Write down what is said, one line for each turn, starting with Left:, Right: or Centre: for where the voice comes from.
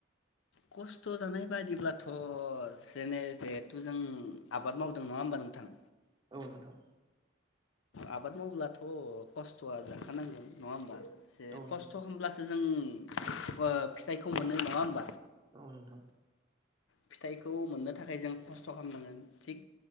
Left: खस्थ जानाय बायदिब्लाथ जेने जिहेथु जों आबाद मावदों नङा होमबा नोंथां।
Right: औ नोंथां।
Left: आबाद मावब्लाथ खस्थआ जाखानांगोन नङा होमबा? एसे
Right: औ नोंथां
Left: खस्थ होमब्लासो जों ओ फिथाइखौ मोनो नङा होमबा?
Right: औ नोंथां
Left: फिथाइखौ मोननो थाखाय जों खस्थ खालामनांगोन थिग